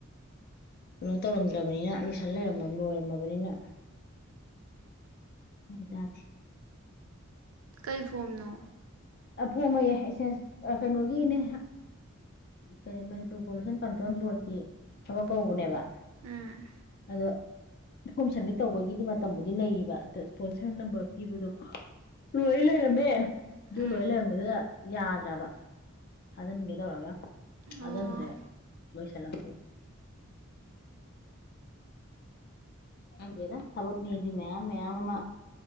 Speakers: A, on the left; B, on the right.
A: ꯀꯩꯅꯣ ꯇꯧꯔꯝꯗ꯭ꯔꯕꯅꯤꯅ ꯂꯣꯏꯁꯟ ꯂꯩꯔꯃ ꯂꯣꯏꯔꯝꯃꯕꯅꯤꯅ ꯍ ꯇ
B: ꯀꯩ ꯐꯣꯝꯅꯣ
A: ꯐꯣ ꯑꯃꯌꯦ ꯑꯦꯛꯁꯦꯟꯁ ꯀꯩꯅꯣꯒꯤꯅꯦ ꯀ ꯃꯅꯤꯄꯨꯔ ꯄꯣꯂꯨꯁꯟ ꯀꯟꯇ꯭ꯔꯣꯜ ꯕꯣꯔꯗꯀꯤ ꯊꯕꯛ ꯀꯧꯕꯅꯦꯕ
B: ꯎꯝ
A: ꯑꯗꯣ ꯐꯣꯝ ꯁꯞꯃꯤꯠ ꯇꯧꯕꯒꯤꯗꯤ ꯃꯇꯝꯕꯨꯗꯤ ꯂꯩꯔꯤꯕ ꯑꯗ ꯏꯁꯄꯣꯟꯁꯔ ꯅꯝꯕꯔ ꯄꯤꯕꯗꯣ ꯂꯣꯏ ꯂꯩꯔꯝꯃꯦ ꯑꯗꯨ
B: ꯎꯝ
A: ꯂꯣꯏ ꯂꯩꯔꯝꯕꯗꯨꯗ ꯌꯥꯗ꯭ꯔꯕ ꯊꯥꯖꯤꯟꯒꯦ ꯇꯧꯔꯒ ꯊꯥꯖꯤꯟꯗ꯭ꯔꯦ
B: ꯑꯣ
A: ꯂꯣꯏꯁꯤꯜꯂꯝ ꯍꯥꯏꯗꯦꯗ ꯊꯕꯛꯅꯦꯗꯤ ꯃꯌꯥꯝ ꯃꯌꯥꯝ ꯑꯃ